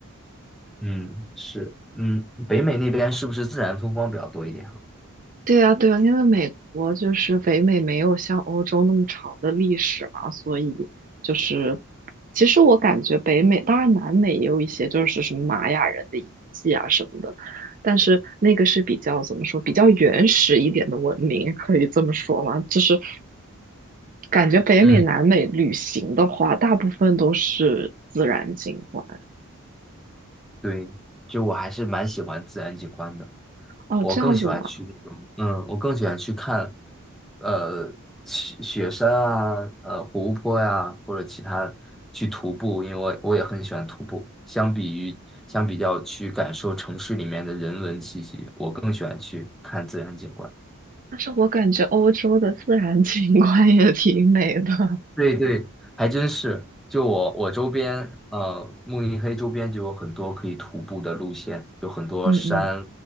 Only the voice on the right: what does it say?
对啊，对啊，因为美国就是北美没有像欧洲那么长的历史嘛，所以就是其实我感觉北美，当然南美也有一些就是什么玛雅人的遗迹啊什么的，但是那个是比较怎么说，比较原始一点的文明，可以这么说吗？就是感觉北美、
南美旅行的话，大部分都是自然景观。
哦，
这样子吗？
但是我感觉欧洲的自然景观也挺美的。<laughs>
嗯嗯